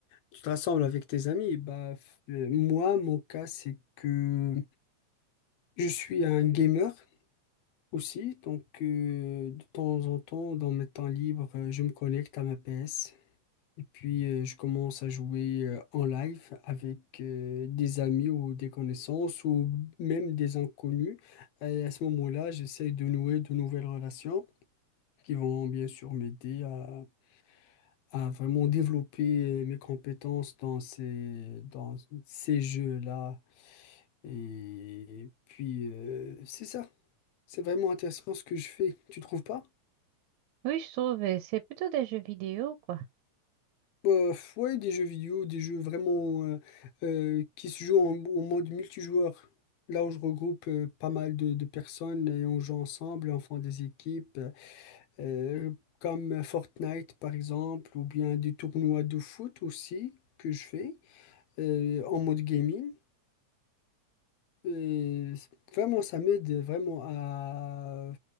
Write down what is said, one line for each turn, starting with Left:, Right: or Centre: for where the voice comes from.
Left: tu te rassembles avec tes amis. Bah, f- euh, moi, mon cas, c'est que je suis un gamer aussi, donc euh, de temps en temps, dans mes temps libres, euh, je me connecte à ma PS. Et puis, euh, je commence à jouer euh, en live avec euh, des amis ou des connaissances ou même des inconnus. Et à ce moment-là, j'essaie de nouer de nouvelles relations qui vont bien sûr m'aider à, à vraiment développer euh, mes compétences dans ces, dans ces jeux-là. Et puis, euh, c'est ça. C'est vraiment intéressant ce que je fais. Tu trouves pas?
Right: Oui, je trouve, euh, c'est plutôt des jeux vidéo, quoi.
Left: Euh, ouais, des jeux vidéo, des jeux vraiment euh, euh, qui se jouent en, en mode multijoueur. Là où je regroupe euh, pas mal de, de personnes et on joue ensemble, on fait des équipes, euh, comme Fortnite par exemple, ou bien des tournois de foot aussi que je fais euh, en mode gaming. Et c- vraiment, ça m'aide vraiment à